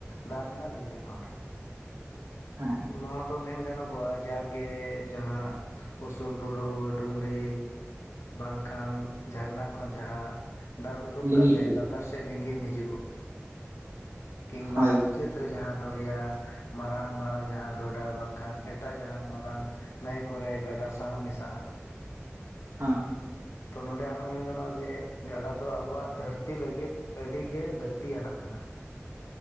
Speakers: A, on the left; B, on the right.
A: ᱫᱟᱜ ᱨᱮᱱᱟᱜ ᱞᱤᱸᱜᱤᱱ ᱦᱚᱨ
B: ᱦᱮᱸ
A: ᱱᱚᱣᱟ ᱫᱚ ᱢᱮᱱ ᱜᱟᱱᱚᱜᱚᱜᱼᱟ᱾ ᱡᱟᱣᱜᱮ ᱡᱟᱦᱟᱸ ᱩᱥᱩᱞ ᱵᱩᱨᱩ, ᱰᱩᱝᱨᱤ ᱵᱟᱝᱠᱷᱟᱱ ᱡᱷᱟᱨᱱᱟ ᱠᱷᱚᱱ ᱡᱟᱦᱟᱸ ᱫᱟᱜ ᱩᱰᱩᱠ
B: ᱞᱤᱸᱜᱤ
A: ᱠᱟᱛᱮ
B: ᱦᱤᱡᱩᱜ
A: ᱞᱟᱛᱟᱨ ᱥᱮᱫ ᱞᱤᱝᱜᱤᱱ ᱦᱤᱡᱩᱜᱚᱜ ᱠᱤᱝᱵᱟ
B: ᱦᱳᱭ
A: ᱢᱩᱪᱟᱹᱫ ᱨᱮ ᱡᱟᱦᱟᱸ ᱫᱚᱨᱭᱟ ᱢᱟᱨᱟᱝ ᱢᱟᱨᱟᱝ ᱡᱟᱦᱟᱸ ᱰᱷᱚᱰᱟ ᱵᱟᱝᱠᱷᱟᱱ ᱮᱴᱟᱜ ᱡᱟᱦᱟᱱ ᱢᱟᱨᱟᱝ ᱱᱟᱹᱭ ᱠᱚᱨᱮ ᱜᱟᱰᱟ ᱥᱟᱶ ᱢᱮᱥᱟᱜᱼᱟ᱾
B: ᱦᱮᱸ
A: ᱛᱚ ᱱᱚᱰᱮ ᱟᱨᱦᱚᱸ ᱢᱮᱱ ᱜᱟᱱᱚᱜᱼᱟ, ᱡᱮ ᱜᱟᱰᱟ ᱫᱚ ᱟᱵᱚᱣᱟᱜ ᱫᱷᱟᱹᱨᱛᱤ ᱞᱟᱹᱜᱤᱫ ᱟᱹᱰᱤᱜᱤ ᱞᱟᱹᱠᱛᱤᱭᱟᱱᱟᱜ ᱠᱟᱱᱟ᱾ ᱵ <inaudible>